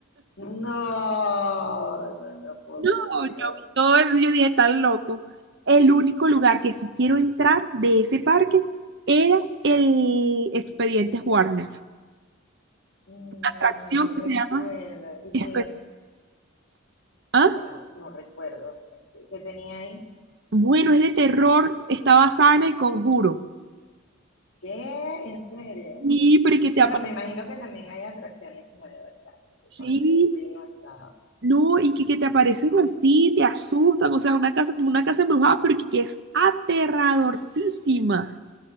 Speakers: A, on the left; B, on the right.
A: No, no, no puedo
B: No,
A: contigo.
B: yo vi todo eso, y yo dije, tan loco. El único lugar que sí quiero entrar de ese parque era el Expedientes Warner.
A: Mm,
B: Atracción
A: No recuerdo.
B: que se llama
A: Y
B: Expe-
A: que,
B: ¿Ah?
A: es que no, no recuerdo. Este, ¿Qué tenía ahí?
B: Bueno, es de terror, está basada en El Conjuro.
A: ¿Qué? ¿En serio?
B: Sí, pero y que te
A: Bueno,
B: aparecen,
A: me imagino que también hay atracciones nuevas, exacto, que
B: sí,
A: cuando yo fui no estaba.
B: no, y que, que te aparecen así, te asustan, o sea, una casa como una casa embrujada, pero que, que es aterradorcísima.